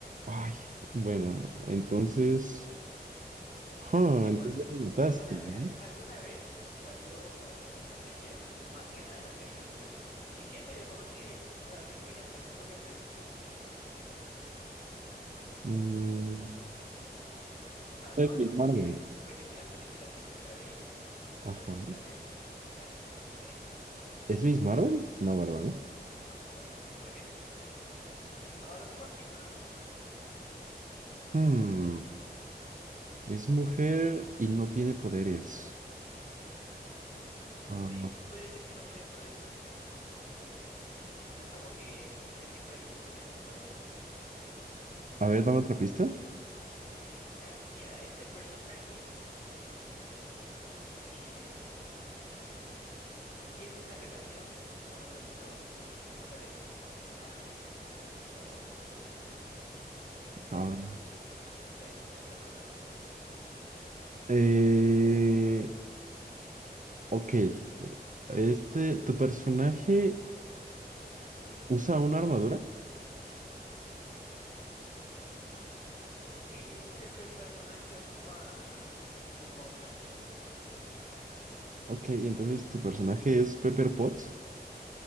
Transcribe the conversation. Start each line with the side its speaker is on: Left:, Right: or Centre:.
Right: Ay, bueno, entonces, ah,
Left: Te digo,
Right: entonces
Left: ah,
Right: ya me mataste,
Left: alguna,
Right: ¿no?
Left: ve- algu- alguna vez salió en los Avengers, más que nada en las caricaturas. Y sí es medio conocida, o sea, sí tiene hasta su propia película.
Right: Mm,
Left: O sea, no
Right: es
Left: es
Right: Miss
Left: como
Right: Marvel.
Left: que su película, película, película de ella,
Right: Ajá.
Left: pero sí sale, sí sale en el UCM.
Right: ¿Es Miss Marvel? No, ¿verdad?
Left: No, ella no. Creo que no estuvo en los Avengers. O a lo mejor sí, pero no, no, no es, no es Miss Marvel.
Right: Hmm, es mujer y no tiene poderes.
Left: Mm, ujú,
Right: Ah,
Left: Sí, se podría decir que no tiene poderes. O sea, no, no es como que esté siempre con esos poderes. O sea, no es como que
Right: a ver, dame otra pista.
Left: amanezca. Mira, este personaje em, tiene una relación con otro Vengador. O sea, de que salen y así son esposos. Ya
Right: Cabrón.
Left: con eso te, te la dejé un poquito más fácil.
Right: Eh, ok. eh, Este, ¿tu personaje usa una armadura?
Left: Sí, el pe- personaje ocupa ocupa un traje, sí, sí ocupa un traje.
Right: Ok, entonces tu personaje es Pepper Potts.